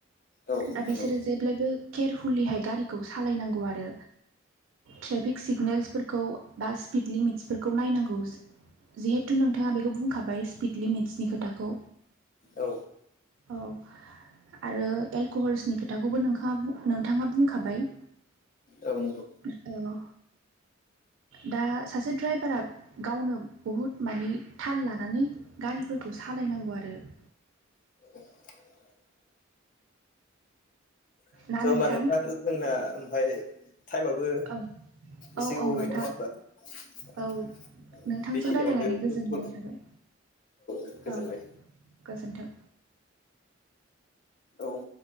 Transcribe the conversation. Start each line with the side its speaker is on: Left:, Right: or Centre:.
Left: औ
Right: दा
Left: नंगौ
Right: बिसोरो जेब्लायबो केरफुलिहाय गारिखौ सालायनांगौ आरो। ट्रेफिक सिगनेल्सफोरखौ बा स्पिड लिमिट्सफोरखौ नायनांगौ। जिहेथु नोंथाङा बेखौ बुंखाबाय स्पिड लिमिट्सनि खोथाखौ।
Left: औ
Right: औ। आरो एलक'हल्सनि खोथाखौबो नोंखाङा बुं नोंथाङा बुंखाबाय।
Left: औ नंगौ।
Right: औ दा सासे द्राइबारा गावनो बुहुद मानि थाल लानानै गारिफोरखौ सालायनांगौ आरो। <inaudible>
Left: <inaudible> <unintelligible>
Right: ना
Left: ओमफ्राय
Right: नोंथां
Left: टाइम आबो
Right: औ औ
Left: एसे गोबाव
Right: औ नोंथां
Left: गैला
Right: औ
Left: <unintelligible>
Right: नोंथांजों
Left: बेखिनियावनो
Right: रायलायनानै गोजोननाय
Left: दोनथबाय।
Right: थाबाय
Left: गोजोनबाय।
Right: औ गोजोन्थों।
Left: औ